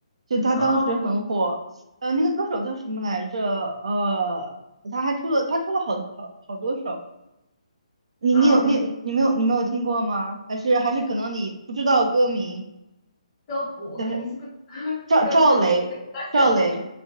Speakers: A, on the right (about 60°); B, on the left (about 30°).
A: 就他当时很火，
B: 哦，
A: 呃，那个歌手叫什么来着？呃，他还出了他出了好好好多首，你你有你你没有你没有听过吗？
B: 嗯，
A: 还是还是可能你不知道歌名，
B: 歌我肯定是不
A: 但是
B: <laughs>
A: 赵赵雷赵雷
B: 都歌名和歌手